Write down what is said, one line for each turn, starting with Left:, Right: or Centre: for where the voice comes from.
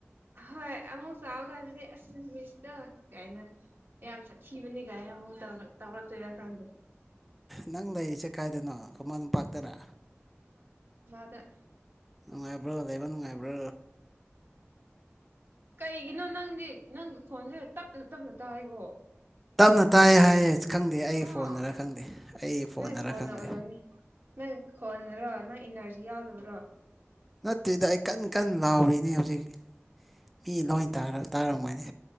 Right: ꯍꯣꯏ ꯑꯃꯨꯛ ꯆꯥꯎꯀꯥꯟꯗꯗꯤ ꯑꯁꯤ ꯃꯤꯁꯇꯣ ꯀꯥꯏꯅ ꯌꯥꯝ ꯆꯠ ꯁꯤꯕꯅꯦ ꯀꯥꯏꯅ ꯑꯃꯨꯛ ꯇꯧꯔꯛ ꯇꯣꯏꯔ ꯈꯪꯗꯦ
Centre: ꯅꯪ ꯂꯩ ꯁꯦ ꯀꯥꯏꯗꯅꯣ ꯈꯨꯃꯟ ꯂꯝꯄꯥꯛꯇꯔ
Right: ꯗ
Centre: ꯅꯨꯡꯉꯥꯏꯕ꯭ꯔꯥ ꯂꯩꯕ ꯅꯨꯡꯉꯥꯏꯕ꯭ꯔꯣ
Right: ꯀꯩꯒꯤꯅꯣ ꯅꯪꯗꯤ ꯅꯪꯒꯤ ꯈꯣꯟꯁꯦ ꯇꯞꯅ ꯇꯞꯅ ꯇꯥꯏꯕꯣ
Centre: ꯇꯞꯅ ꯇꯥꯏꯌꯦ ꯍꯥꯏꯌꯦ ꯈꯪꯗꯦ ꯑꯩ ꯐꯣꯟꯅꯔ
Right: ꯑꯥ
Centre: ꯈꯪꯗꯦ ꯑꯩ ꯐꯣꯟꯅꯔ
Right: ꯅꯣꯢ ꯐꯣꯟꯅ
Centre: ꯈꯪꯗꯦ
Right: ꯑꯣꯏꯔꯝꯅꯤ ꯅꯣꯢ ꯀꯣꯟꯅꯔꯣ ꯏꯟꯅꯔꯖꯤ ꯌꯥꯎꯗꯕ꯭ꯔꯣ
Centre: ꯅꯠꯇꯦꯗ ꯑꯩ ꯀꯟ ꯀꯟꯅ ꯂꯥꯎꯔꯤꯅꯦ ꯍꯧꯖꯤꯛ ꯃꯤ ꯂꯣꯏ ꯇꯥ ꯇꯔꯝꯒꯅꯤ